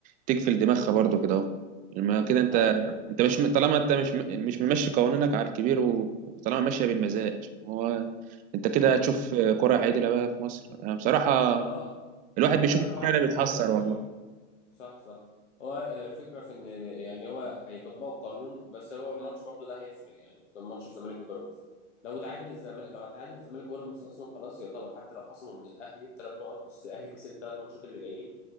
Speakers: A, on the right; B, on the left.
A: تقفل دماغها برضه كده اهو لما كده انت
B: ايوه
A: انت مش طالما انت مش مش ممشي قوانينك على الكبير و- وطالما ماشيه بالمزاج هو انت كده هتشوف كره عادله بقى في مصر انا بصراحه
B: ما هو
A: الواحد
B: ما
A: بيشوف
B: هي
A: الكوره
B: انا معاك في
A: بيتحسر
B: الموضوع ده الصراحه
A: والله
B: صح صح هو آه، الفكره في ان يعني هو هيطبقوا القانون بس هو الماتش برضه ده هيفرق يعني ماتش الزمالك وبيراميدز لو تعادل الزمالك لو تعادل الزمالك وبيراميدز اصلا خلاص يعتبر حتى لو خصموا من الاهلي ثلاث نقط بس الاهلي كسب الثلاث ماتشات اللي جايين